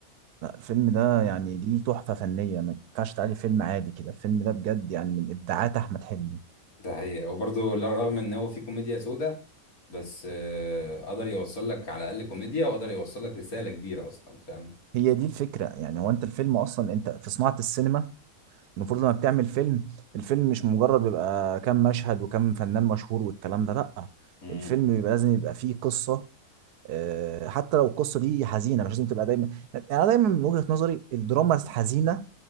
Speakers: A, on the right; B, on the left.
A: لا الفيلم ده يعني دي تحفه فنيه ما ينفعش تعالي فيلم عادي كده الفيلم ده بجد يعني من ابداعات احمد حلمي
B: ده حقيقة وبرضه لا- رغم ان هو فيه كوميديا سودا بس آه، قدر يوصل لك على الاقل كوميديا وقدر يوصل لك رساله كبيره اصلا فاهم
A: هي دي الفكره يعني هو انت الفيلم اصلا انت في صناعه السينما المفروض لما بتعمل فيلم الفيلم مش مجرد بيبقى كام مشهد وكام فنان مشهور والكلام ده لأ
B: امم
A: الفيلم بيبقى لازم يبقى فيه قصة آه، حتى لو القصة دي حزينة مش لازم تبقى دايما يعني أنا دايما من وجهة نظري الدراما الحزينة